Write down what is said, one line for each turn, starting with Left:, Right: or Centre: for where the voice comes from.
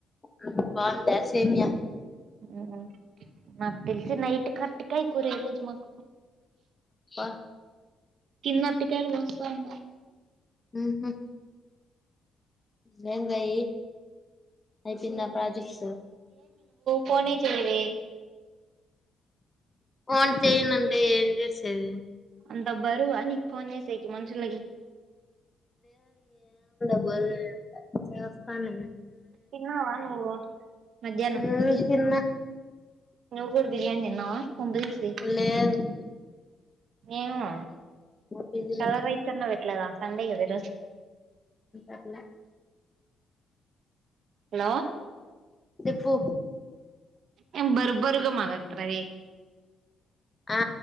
Left: హ్మ్ బాగుందా సేమ్యా
Right: మ్మ్ హ్మ్ నాకు తెలిసి నైట్ కర్టికాయి కూర ఈ రోజు మాకు
Left: అబ్బా
Right: కిన్న అట్టికాయలు కోస్సావున్నార్
Left: మ్ హు బెంగాయి అయిపిందా ప్రాజెక్ట్
Right: పోనే చేయవే
Left: అవును చేయనంటే ఏం చేసేది
Right: అంత బరువా నీకు ఫోన్ చేసేకి మనుషులకి
Left: <unintelligible> చేస్తనే
Right: తిన్నావా నువ్వు మధ్యాహ్నం
Left: మ్మ్ తిన్న
Right: ను కూడా బిర్యానీ తిన్నావా కొంప తీసి,
Left: లేదు
Right: ఏమో
Left: మా పీజీలో
Right: కలర్ రైస్ అన్నా పెట్టలేదా సండే కదా ఈ రోజు
Left: అట్లా
Right: హలో
Left: చెప్పు
Right: ఏం బర్బరుగా మాట్లాడుతున్నావే
Left: ఆ